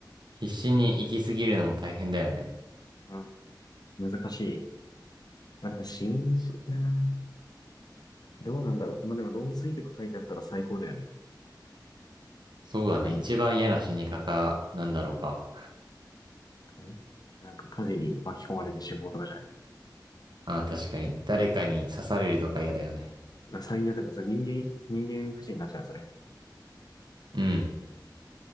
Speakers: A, on the right; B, on the left.
A: 必死に生きすぎるのも大変だよね。
B: うん、難しい。まあでも、新しいな
A: そ、
B: ぁ。どうなんだろう。まあでも、老衰とか書いてあったら最高だよね。
A: そうだね。
B: 逆に。
A: 一番嫌な死に方なんだろうか。
B: えなんか火事に巻き込まれて死亡とかじゃない。
A: ああ、確かに。誰かに刺されるとか嫌だよね。
B: なんか最悪だ。それ人間、人間不信になっちゃう、それ。
A: うん。